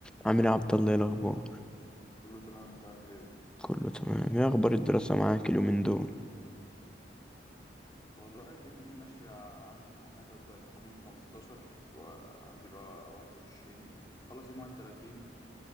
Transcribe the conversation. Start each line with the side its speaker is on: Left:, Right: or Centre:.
Centre: عامل ايه يا عبد الله ايه الاخبار
Left: كله تمام انت عامل ايه
Centre: كله تمام ايه اخبار الدراسه معاك اليومين دول
Left: والله الدنيا اهي ماشية عندي امتحانات هبدأ امتحان يوم 15 وعندي بقى 21 خلص يوم 31